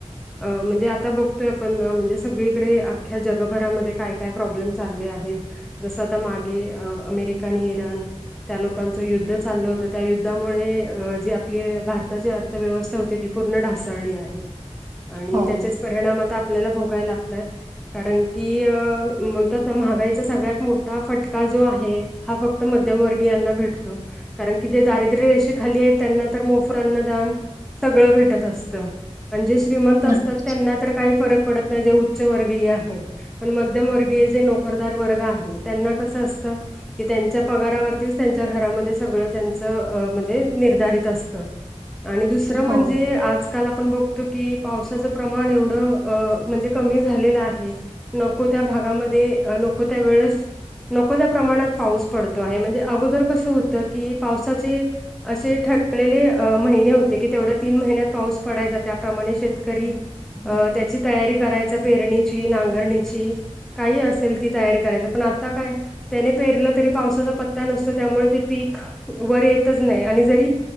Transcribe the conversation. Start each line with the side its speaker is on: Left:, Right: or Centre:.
Centre: म्हणजे आता बघतोय आपण म्हणजे सगळीकडे अख्ख्या जगभरामध्ये काय काय प्रॉब्लेम चालले आहेत. जसं आता मागे अ अमेरिका आणि इराण त्या लोकांचं युद्ध चाललं होतं त्या युद्धामुळे जे आपले भारताचे अर्थ व्यवस्था हो ती पूर्ण ढासळली आहे आणि
Right: हो.
Centre: त्याचेच परिणाम आता आपल्याला लागतात. कारण की अ बोलतात ना महागाईचा सगळ्यात मोठा फटका जो आहे. हा फक्त मध्यमवर्गीयाना भेटतो कारण की जे दारिद्र्य रेषे खाली आहेत त्यांना तर मोफ अन्नदान सगळं भेटत असत म्हणजे श्रीमंत असतात
Right: नक्की.
Centre: त्यांना तर काही फरक पडत जे उच्च वर्गीय आहेत. पण मध्यमवर्गीय जे नोकरदार वर्ग आहे त्यांना कसं असतं. की त्यांच्या पगारावरतीच त्यांच्या घरामध्ये सगळं त्यांच म्हणजे निर्धारित असतं. आणि दुसरं म्हणजे
Right: हो.
Centre: आजकाल आपण बघतो की पावसाचं प्रमाण एवढं अ म्हणजे कमी झालेला आहे नको त्या भागामध्ये नको त्या वेळेस नको त्या प्रमाणात पाऊस पडतो आहे म्हणजे अगोदर कसं होतं की पावसाचे असे ठरलेले महिने होते की तेवढा तीन महिन्यात पाऊस पडायचा त्याप्रमाणे शेतकरी अ त्याची तयारी करायचा पेरणीची नांगरणीची काही असेल ती तयारी करायचं पण आता काय त्याने पेरलं तरी पावसाचा पत्ता नसतो त्यामुळे ते पीक वर येतच नाही आणि जरी